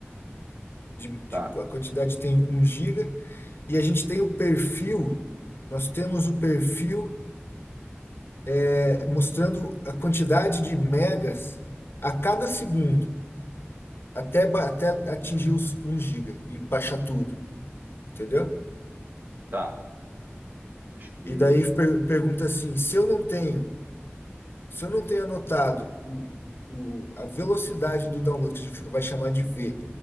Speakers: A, on the left; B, on the right.
A: de, de-
B: tá,
A: a quantidade tem um giga, e a gente tem o perfil, nós temos o perfil é, mostrando a quantidade de megas a cada segundo, até, ba- até atingir os um giga e baixar tudo, entendeu?
B: tá. Acho que,
A: E daí per- pergunta assim, se eu não tenho Se eu não tenho anotado o, o, a velocidade do download, que a gente vai chamar de V,